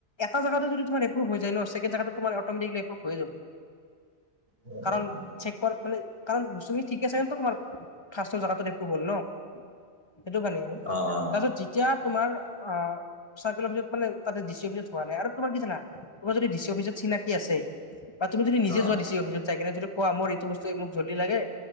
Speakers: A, on the left; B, on the right.
A: এটা জেগাতু যদি তোমাৰ এপ্ৰুভ হৈ যায় ন, চেকন্ড জেগাটোত তোমাৰ অটমেটিকেলি এপ্ৰুভ হৈ যাব।
B: উম,
A: কাৰণ
B: উম, উম,
A: চেক মানে কাৰণ বস্তু খিনি ঠিকে আছে কাৰণতে টো তোমাৰ ফাৰ্ষ্ট জাগাত এপ্ৰুভ হল ন? সেইটো কাৰণেই আৰু।
B: অ', অ',
A: তাৰপিছত যেতিয়া তোমাৰ আহ চাৰ্কোল অফিছত মানে তাতে ডি চি অফিছত হোৱা নাই, আৰু তোমাৰ কি জানা? তোমাৰ যদি ডি চি অফিছত চিনাকি আছে, বা তুমি যদি নিজে
B: অ',
A: যোৱা ডি চি অফিচত যায় কিনে যদি কোৱা মুৰ এইটো বস্তু মোক জল্দি লাগে